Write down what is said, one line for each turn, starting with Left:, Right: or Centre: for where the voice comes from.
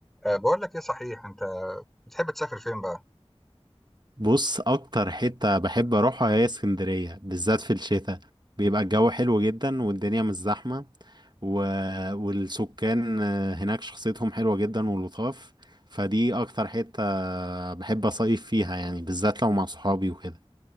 Centre: أه بقول لك ايه صحيح انت بتحب تسافر فين بقى
Right: بص اكتر حتة بحب اروحها هي اسكندرية بالذات في الشتاء بيبقى الجو حلو جدا والدنيا مش زحمة و... والسكان آه، هناك شخصيتهم حلوة جدا ولطاف فدي اكتر حتة بحب اصيف فيها يعني بالذات لو مع صحابي وكده